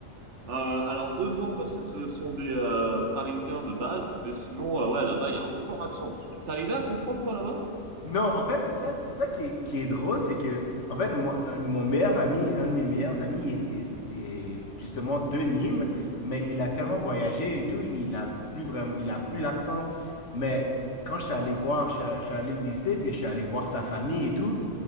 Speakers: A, on the right (about 75°); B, on the left (about 80°).
A: Euh, alors eux non parce que ce sont des euh, Parisiens de base, mais sinon euh, ouais là-bas il y a un fort accent. Tu tu- t'arrivais à comprendre toi là-bas?
B: Non, en fait, c'est ça, c'est ça qui est, qui est drôle, c'est que, en fait, moi, euh, mon meilleur ami, un de mes meilleurs amis, est, est- est justement de Nîmes, mais il a tellement voyagé et tout, il a plus vraiment, il a plus l'accent. Mais quand je suis allé voir, je, suis je suis allé le visiter, puis je suis allé voir sa famille et tout,